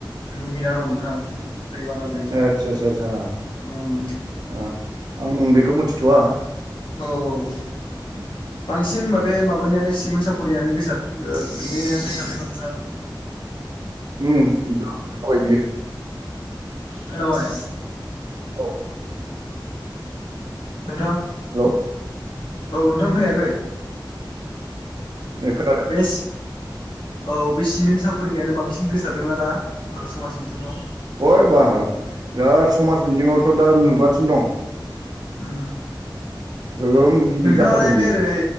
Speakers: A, on the left; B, on the right.
A: लुंगिना दं नोंथां दैबानाजों
B: आदसा आदसा
A: उम
B: ओ आं बेखौ मिथिथ'वा
A: औ औ
B: उम
A: बांसिन माबे माबानियानो सिमेन्ट सापरियानो गोसार ओ बिनिनो गोसारदों ना नोंथां
B: उम दा खाबाय बियो
A: खोनाबाय?
B: औ
A: नोंथां
B: हेलौ
A: औ नोंथां खोनायाखै?
B: दे खोनादों
A: बे औ बे सिमेन्ट सापरिनानो बांसिन गोसारदों ना दा समाज बिजोङाव
B: ओइ बाह बिराद समाज बिजोङावथ' दा नुगासिनो दं
A: उम
B: गोगोम गिदिर
A: नोंथाङालाय
B: जाखादों बियो
A: बे ओरै